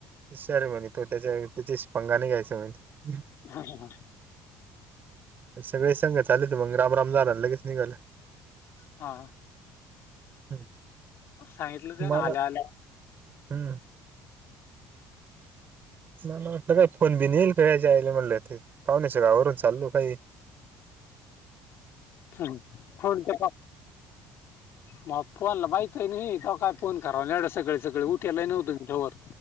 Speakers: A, on the right; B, on the left.
A: सर म्हणे तो त्याच्या त्याच्याशी पंगा नाही घ्यायचा म्हणे
B: हा ह हा
A: सगळे सांग चालेत मग राम राम झालाना लगेच निघालं.
B: हा हा
A: हम्म.
B: सांगितलं ते
A: मला
B: ना आल्या आल्या-
A: हम्म. मला म्हटलं काय फोन बीन येईल का आले म्हटलं ते पाहुण्याच्या गावरून चालो काही-
B: हम <inaudible>
A: ह
B: मग फोनला माहित आहे ना तेव्हा काय फोन करावा येवड सकाळी सकाळी उठेला नव्हतं मी तोवर,